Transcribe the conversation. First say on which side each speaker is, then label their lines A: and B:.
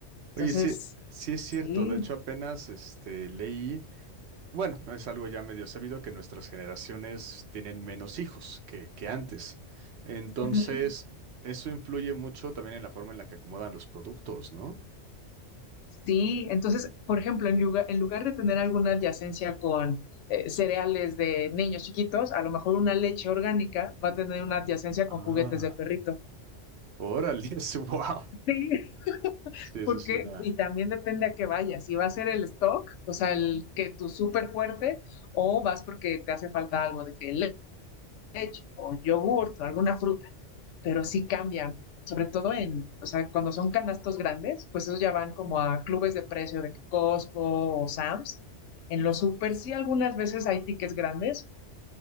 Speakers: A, on the left (about 85°); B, on the right (about 70°).
A: Entonces,
B: Oye, sí, sí es cierto.
A: Sí.
B: De hecho, apenas este leí, bueno, es algo ya medio sabido que nuestras generaciones tienen menos hijos que, que antes. Entonces,
A: Ujú.
B: eso influye mucho también en la forma en la que acomodan los productos, ¿no?
A: Sí, entonces, por ejemplo, en lugar, en lugar de tener alguna adyacencia con eh, cereales de niños chiquitos, a lo mejor una leche orgánica va a tener una adyacencia
B: Ah.
A: con juguetes de perrito.
B: Órale, <laughs> wow.
A: Sí,
B: Sí, eso
A: porque,
B: suena.
A: y también depende a qué vayas, si va a ser el stock, o sea, el que tú súper fuerte, o vas porque te hace falta algo de que leche o yogurt o alguna fruta, pero sí cambian, sobre todo en, o sea, cuando son canastos grandes, pues esos ya van como a clubes de precio de Costco o Sam's. En los super sí algunas veces hay tickets grandes,